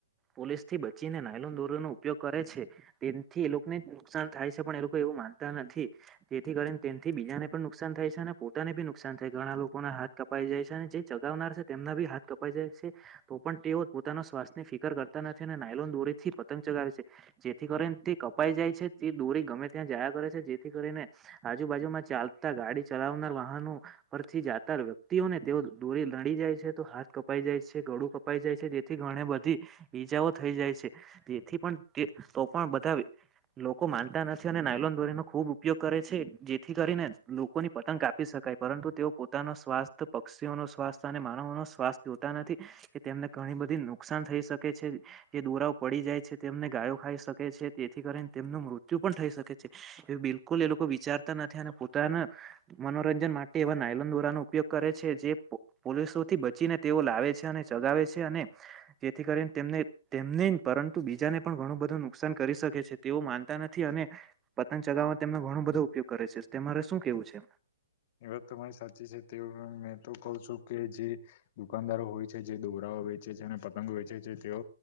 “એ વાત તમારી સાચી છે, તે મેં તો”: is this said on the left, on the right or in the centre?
Left